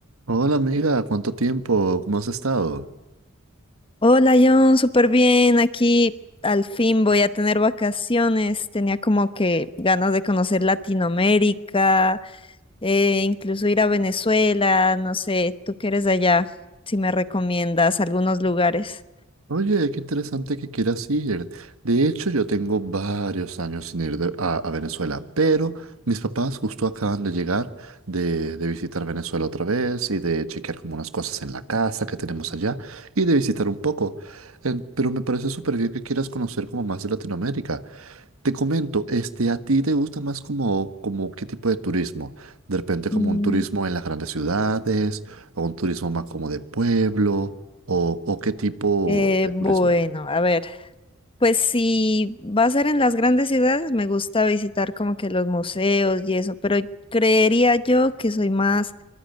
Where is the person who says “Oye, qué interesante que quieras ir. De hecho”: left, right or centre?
Right